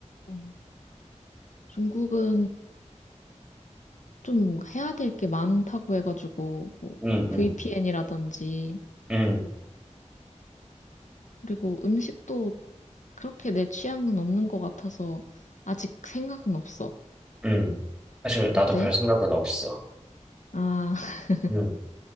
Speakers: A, on the left; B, in the centre.
A: 음. 중국은 좀 해야 될게 많다고 해가지고, 뭐,
B: 응, 응,
A: VPN이라든지,
B: 응,
A: 그리고 음식도 그렇게 내 취향은 없는 것 같아서 아직 생각은 없어.
B: 응. 사실 나도
A: 어때?
B: 별 생각은 없어.
A: 아, <laughs>
B: 응.